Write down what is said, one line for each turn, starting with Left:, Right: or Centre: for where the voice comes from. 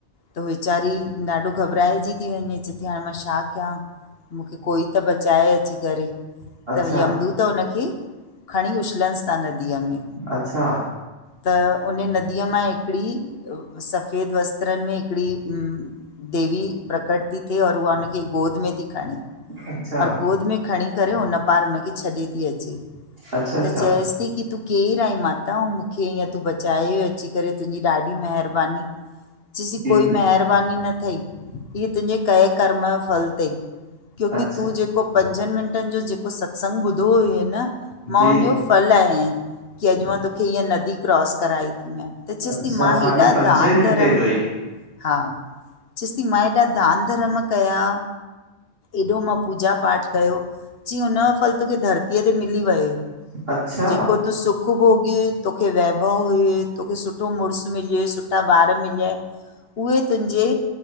Left: त वेचारी ॾाढो घबराइजी थी वञे, चय थी हाणे मां शा कयां मूंखे कोई त बचाए अची करे।
Right: अच्छा
Left: त यमदूत हुन खे खणी उछलनिस था नदीअ में
Right: अच्छा।
Left: त उन नदीअ मां हिकिड़ी सफेद वस्त्रनि में हिकिड़ी देवी प्रकट थी थे और उहा हुनखे गोद में थी खणे,
Right: अच्छा
Left: और गोद में खणी करे उन पार हुन खे छॾे थी अचे,
Right: अच्छा अच्छा
Left: त चएसि थी की तू केरु आई माता? अउ मूंखे ईअं तूं बचाए अची करे तुंहिंजी ॾाढी महिरबानी। चयसथी
Right: जी
Left: कोई
Right: जी
Left: महिरबानी न थई। हीअ तुंहिंजे कए कर्म जो फल तई। क्योकि
Right: अच्छा
Left: तूं जेको पंजनि मिंटनि जो जेको सत्संग ॿुधो हुई न, मां
Right: जी
Left: उ हुनजो पल यां की अॼु मां तोखे ईयं नदी क्रॉस कराई। त चयसि
Right: अच्छा
Left: ती मां
Right: ख़ाली
Left: हेॾा
Right: पंजे
Left: दान
Right: मिंटे
Left: धर्म
Right: जो ई
Left: हा चेस ती मां एॾा दान धर्म कया? एॾो मां पूजा पाठ कयो चईं हुन जो फल तोखे धरतीअ ते मिली वियो।
Right: अच्छा
Left: जेको तूं सुख सुख भोॻय तोखे वैभव हुय तोखे सुठो मुड़ुसु मिलय सुठा ॿार मिलिय उहे तुंहिंजे